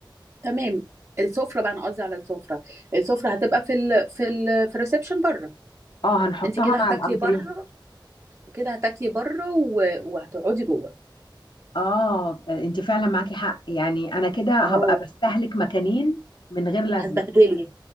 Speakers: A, on the right; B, on the left.
A: تمام السفره بقى انا قصدي على السفره السفره هتبقى في ال في ال في الريسبشن بره
B: اه هنحطها
A: انت كده هتاكلي
B: مع الانتريه
A: بره وكده هتاكلي بره و- وهتقعدي جوه
B: اه انت فعلا معاكي حق يعني انا كده هبقى
A: اه
B: بستهلك مكانين من غير لازمة
A: هتبهدلي